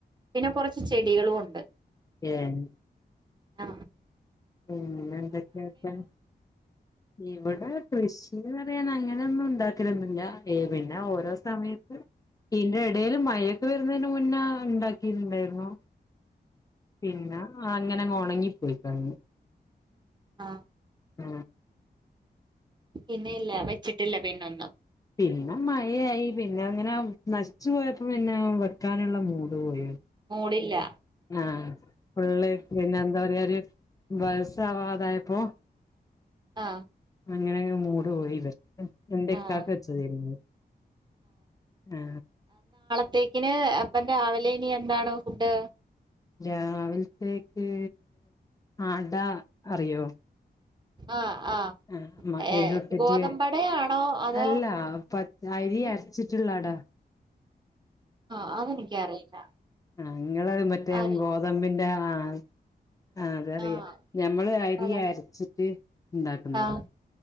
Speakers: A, on the right; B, on the left.
A: പിന്നെ കുറച്ച് ചെടികളും ഉണ്ട്.
B: ഏന്
A: ആ
B: പിന്നെ എന്തൊക്കെയാപ്പൻ ഇവട് <unintelligible> കൃഷി പറയാൻ അങ്ങനെയൊന്നും ഉണ്ടാക്കരൊന്നില്ല ഏ പിന്നെ ഓരോ സമയത്ത് ഇന്റെ ഇടേൽ മഴൊക്കെ വരുന്നതിന് മുന്നേ ഉണ്ടാക്കിട്ടുണ്ടായിരുന്നു. പിന്നെ അങ്ങനങ്ങ് ഉണങ്ങിപ്പോയി കഴിഞ്ഞു.
A: ആ
B: ആ
A: പിന്നെ ഇല്ല വെച്ചിട്ടില്ല പിന്നൊന്നും.
B: പിന്നെ മഴയായി പിന്നെ അങ്ങനെ നശിച്ചു പോയപ്പോ പിന്നെ വെക്കാനുള്ള മൂട് പോയി.
A: മൂടില്ല
B: ആഹ് പിള്ളേ പിന്നെ എന്താ പറയാ ഒരു ബസാവാതായപ്പോ
A: ആ
B: അങ്ങനെങ്ങ് മൂട് പോയി വെറുത്ത് എന്റെക്കാക്ക
A: ആഹ്
B: വെച്ച തീരുന്നു ആ
A: അത്തേക്കിന് അപ്പം രാവിലെ ഇനി എന്താണ് ഫുഡ്.
B: രാവിലത്തേക്ക് ആട അറിയോ
A: ആഹ ആ
B: ആഹ് മ
A: ഏ
B: ഏലൊട്ടിട്ട്
A: ഗോതമ്പടയാണോ അതോ
B: അല്ല പ അരി
A: ഉ
B: അരച്ചിട്ടുള്ളാടാ
A: ആഹ അതെനിക്കറിയില്ല
B: നിങ്ങള് മറ്റേ
A: ആര്
B: ഗോതമ്പിൻ്റെ ആ ആ അതറിയ
A: ആഹ്
B: ഞമ്മള് അരി
A: അത
B: അരച്ചിട്ട് ഇണ്ടാക്കുന്നതാ
A: ആഹ്